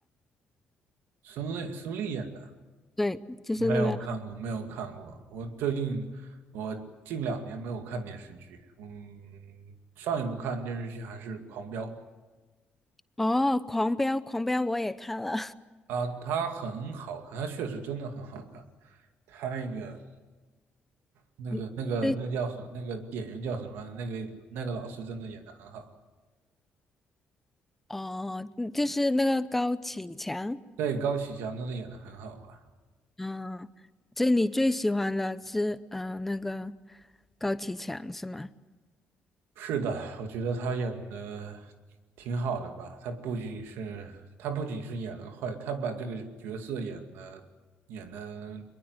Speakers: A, on the right; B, in the centre.
A: 孙俪孙俪演的。
B: 对，就是那个，
A: 没有看过，没有看过。我最近，我近两年没有看电视剧。嗯，上一部看电视剧还是《狂飙》
B: 哦，《狂飙》，《狂飙》我也看了。
A: 啊，它很好看，它确实真的很好看。他那个、那个、
B: <laughs>
A: 那个、
B: 你
A: 那个叫什么那个演员叫什么？那个那个老师真的演的很好，
B: 哦，嗯就是那个高启强，
A: 对，高启强真的演的很好吧？
B: 嗯，这你最喜欢的是呃那个高启强是吗？
A: 是的，我觉得他演的挺好的吧。他不仅是他不仅是演了坏，他把这个角色演的演的